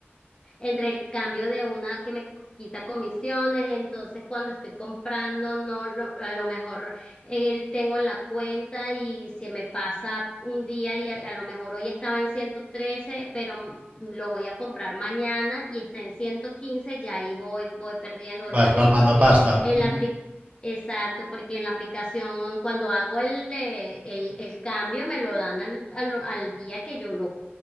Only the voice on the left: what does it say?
entre el cambio de una que me quita comisiones, entonces cuando estoy comprando, no lo- a lo mejor eh, tengo en la cuenta y se me pasa un día y a, a lo mejor hoy estaba en 113 pero lo voy a comprar mañana y está en 115 ya ahí voy, voy perdiendo, voy
perdiendo
porque
en
la apli- Exacto, porque en la aplicación cuando hago el, eh, el, el cambio me lo dan al, al, al día que yo lo,